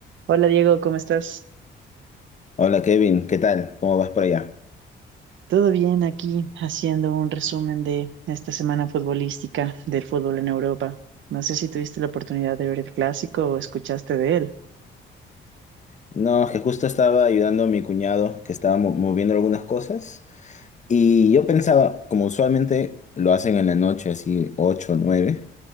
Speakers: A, on the right; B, on the left.
A: Hola Diego, ¿cómo estás?
B: Hola Kevin, ¿qué tal? ¿Cómo vas por allá?
A: Todo bien aquí haciendo un resumen de esta semana futbolística del fútbol en Europa. No sé si tuviste la oportunidad de ver el clásico o escuchaste de él.
B: No, es que justo estaba ayudando a mi cuñado que estaba mo- moviendo algunas cosas y yo pensaba, como usualmente lo hacen en la noche, así ocho o 9,